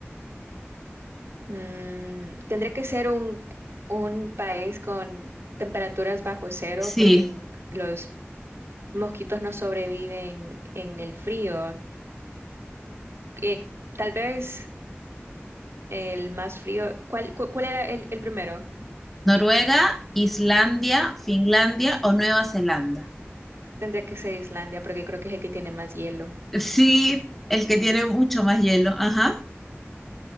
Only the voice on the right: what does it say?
Mm, tendría que ser un, un país con temperaturas bajo cero
porque n- los mosquitos no sobreviven en el frío. Eh, tal vez el más frío. ¿Cuál, cu- cuál era el el primero?
Tendría que ser Islandia, porque creo que es el que tiene más hielo.